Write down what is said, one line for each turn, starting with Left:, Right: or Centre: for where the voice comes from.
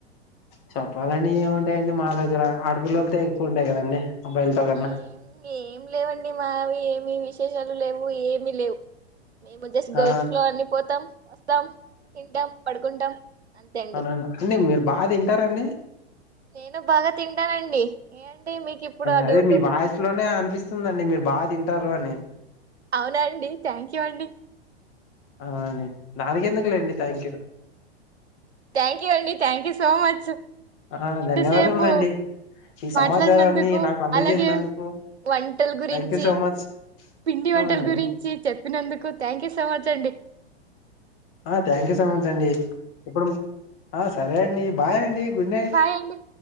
Left: చెప్పాలండి ఏముంటాయండి మా దగ్గర ఆడపిల్లలతో ఎక్కువ ఉంటాయి కదండి అబ్బాయిలతో కన్నా
Right: ఏం ఏం లేవండి మా ఏం మీ విశేషాలు లేవు ఏమిీ లేవు మేము జస్ట్
Left: ఆ
Right: గోవిత్ ఫ్లో అన్ని పోతాం ద్దాం తింటాం పడుకుంటాం అంతే అండి
Left: అవుననా అండి మీరు బాగా తింటారంండి
Right: నేను బాగా తింటానండి ఏ అండి మీకు ఇప్పుడు ఆ
Left: అదే
Right: డౌట్
Left: మీ వాయిసు లోనే అనిపిస్తుందిండి మీరు బాగా తింటారు అని
Right: అవునాండి థ్యాంక్ యూ అండి
Left: అ దానికి ఎందుకులేండి థ్యాంక్ యూ
Right: థ్యాంక్ యూ అండి థ్యాంక్ యూ సో మచ్
Left: ఆ
Right: ఇంతసేపు
Left: ధన్యవాదములండి ఈ సమాచారాన్ని
Right: మాట్లాడినందుకు
Left: నాకు అందజేసినందుకు
Right: అలాగే వంటలు గురించి
Left: థ్యాంక్ యూ సో మచ్
Right: పిండి
Left: అవునండి
Right: వంటల గురించి చెప్పినందుకు థ్యాంక్ యూ సమచండి
Left: ఆ థ్యాంక్ యూ సో మచ్ అండి ఇప్పుడు ఆ సరే అండి బాయ్ అండి గుడ్ నైట్
Right: బాయ్ అండి